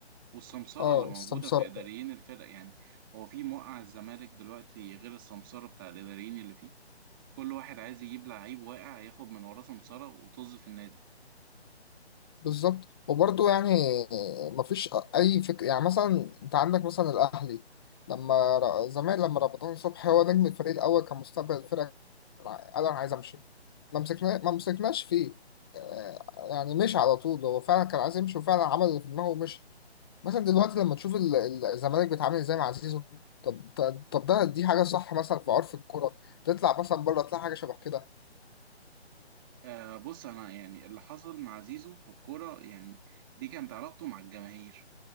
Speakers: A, on the right (about 20°); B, on the left (about 20°).
A: والسمسرة
B: اه
A: اللي موجودة
B: السمسرة
A: في إداريين الفرق يعني هو في موقع الزمالك دلوقتي غير السمسرة بتاع الإداريين اللي فيه كل واحد عايز يجيب لعيب واقع ياخد من وراه سمسرة وطز في النادي
B: بالظبط وبرضه يعني مفيش أي فكرة يعني مثلا أنت عندك مثلا الأهلي لما ر- زمان لما رمضان صبحي هو نجم الفريق الأول كان مستقبل الفرقة قال أنا عايز أمشي ما مسكنا ما مسكناش فيه يعني مشي على طول هو فعلا كان عايز يمشي وفعلا عمل اللي في دماغه ومشي مثلا دلوقتي لما تشوف ال- ال- الزمالك بيتعامل ازاي مع زيزو طب طب طب ده دي حاجة صح مثلا في عرف الكورة تطلع مثلا بره تلاقي حاجة شبه كده
A: آه بص أنا يعني اللي حصل مع زيزو في الكورة يعني دي كانت علاقته مع الجماهير